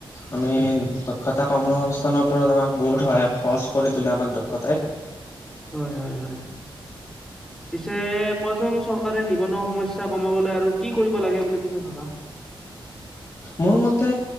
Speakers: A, on the left (about 40°); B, in the centre.
A: আমি
B: উম।
A: দক্ষতা কৰ্মসংস্থাপনৰ ওপৰত আমাক বহুত সহায় সহজ কৰি তোলে আমাক দক্ষতাই
B: হয়-হয়-হয়
A: <unintelligible>
B: পিছে কোৱাচোন চৰকাৰে নিবনুৱা সমস্যা কমাবলৈ আৰু কি কৰিব লাগে বুলি তুমি ভাবা
A: মোৰ মতে